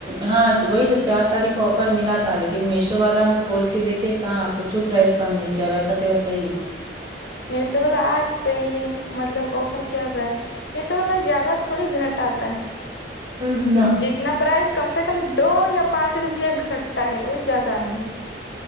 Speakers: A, on the right; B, on the left.
A: ہاں وہی تو چار تاریخ کو آفر ملا تھا لیکن میشو والا ہم کھول کے دیکھے کہاں کچھ پرائز کم نہیں کیا ویسا کہ ویسا ہی ہے
B: میشو والا آج پہ ہی مطلب آفر چل رہا ہے میشو والا زیادہ تھوڑی گھٹ آتا ہے
A: ہے اللہ
B: جتنا پرائز کم سے کم دو یا پانچ روپیہ گھٹتا ہے وہ زیادہ نہیں